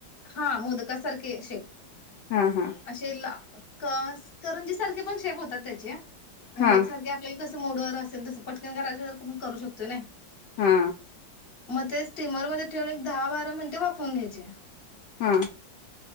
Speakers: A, on the left; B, on the left.
A: हा मोदकासारखे असे,
B: हा हा
A: असे ला. कस करंजी, सारखे पण शेप होतात त्याचे अ! मोदक
B: हा
A: सारखे आपल्याला, कसं मोडवर असेल तसं पट. <unintelligible> करू शकतोय नाय.
B: हा!
A: मं ते स्टीमरमध्ये ठेवून एक दहा, बारा, मिनिटे वाफवून घ्यायचे.
B: हा!